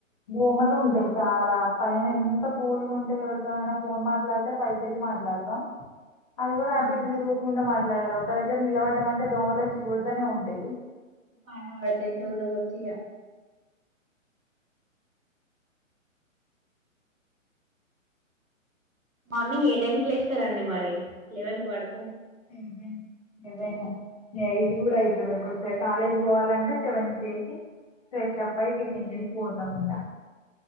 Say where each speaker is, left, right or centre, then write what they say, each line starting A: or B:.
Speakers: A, on the left; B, on the right.
A: బూమలు ఉంటాయి చాలా పైన ఎంత కూల్గా ఉంటేది ఎవరితోనైనా ఫోన్ మాట్లాడితే పైకి వెళ్ళి మాట్లాడతాం అది కూడా
B: ఆ
A: అటు ఇటు తిరుగుకుంటా మట్ అలా ఒక దగ్గర నిలబడ్డం అంటే దోమలచ్చిూడుతనే ఉంటాయి
B: పాట పాడతాయి చెవులోకి వచ్చి ఇక మార్నింగ్ ఏ టైమ్ క లేస్తారండి మరి లెవెన్ కు పడు
A: ఇవే ఇవ్వేను నైటు కూడాయితే కాలేజ్ ఇస్ పోవాలంటే సెవెన్ కి లేచి ఫ్రెష్ అప్ అయ్యి టిఫెన్ చేసి పోతామింగా